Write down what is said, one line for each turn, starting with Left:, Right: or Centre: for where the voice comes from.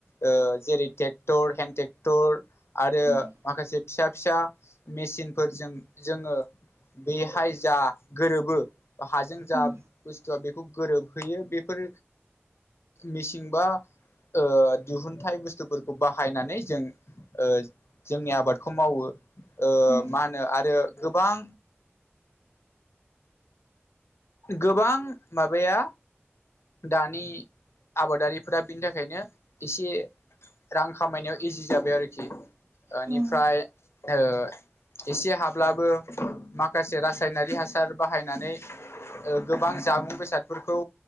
Left: अ जेरै ट्रेक्टर हेन्द ट्रेक्टर आरो
Right: उम
Left: माखासे फिसा फिसा मिसिनफोरजों जोङो बेहाय जा गोरोबो हाजों जा
Right: उम
Left: जहा बेखौ गोरोबहैयो बेफोर मिसिंबा ओ दिहुनथाइ बुस्थुफोरखौ बाहायनानै जों ओ जोंनि आबादखौ मावो ओ
Right: उम
Left: मा होनो आरो गोबां गोबां माबाया दानि आबादारिफोरा बिनि थाखायनो एसे रां खामायनायाव इजि जाबाय आरोखि ओनिफ्राय
Right: उम
Left: ओ एसे हाब्लाबो माखासे रासायनारि हासार बाहायनानै ओ गोबां जामुं बेसादफोरखौ